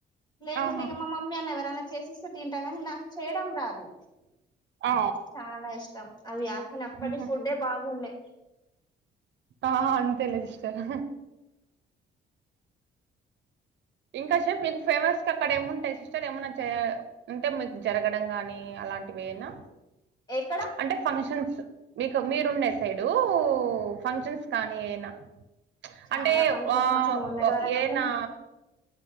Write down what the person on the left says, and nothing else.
లేకుంటే
ఇగ మా మామ్ ముందేన ఎవరనా చేసిస్తే తింటా కానీ నాకు చేయడం రాదు
చాలా ఇష్టం అవి అకనప్పటి
ఫుడ్డే బాగుండే
ఎక్కడ
చాలా
ఫంక్షన్స్
అసలు మొన్నటి
వరకు
అయితే